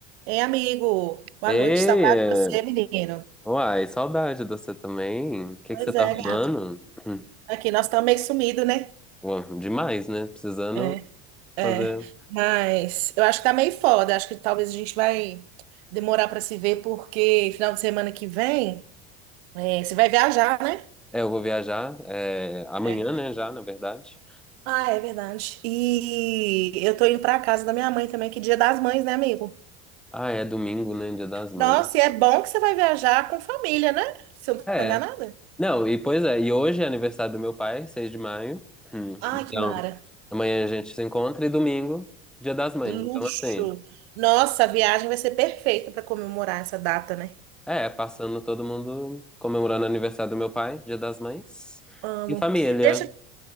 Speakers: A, on the right (about 75°); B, in the centre.
A: Ei, amigo, boa
B: Ei,
A: noite, saudade de você,
B: é.
A: menino.
B: uai, saudade de você também. O que
A: Pois
B: que você tá
A: é,
B: arrumando?
A: gato.
B: Hum,
A: Aqui, nós estamos meio sumido, né?
B: ué, demais, né? Precisando
A: É, É,
B: fazer.
A: mas eu acho que tá meio foda. Acho que talvez a gente vai demorar para se ver, porque final de semana que vem, é, você vai viajar, né?
B: É, eu vou viajar é, amanhã,
A: É.
B: né? Já, na verdade.
A: Ah, é verdade. E eu tô indo pra casa da minha mãe também, que é Dia das Mães, né, amigo?
B: Ah, é domingo, né? Dia das Mães.
A: Nossa, e é bom que você vai viajar com família, né? Se eu não tô
B: É.
A: enganada.
B: Não, e pois é, e hoje é aniversário do meu pai, 6 de maio. Hum,
A: Ai,
B: Então,
A: que mara.
B: amanhã a gente se encontra e domingo, Dia das Mães.
A: Luxo.
B: Então, assim,
A: Nossa, a viagem vai ser perfeita para comemorar essa data, né?
B: é, passando todo mundo comemorando o aniversário do meu pai, Dia das Mães.
A: Amo.
B: E família.
A: Deixa,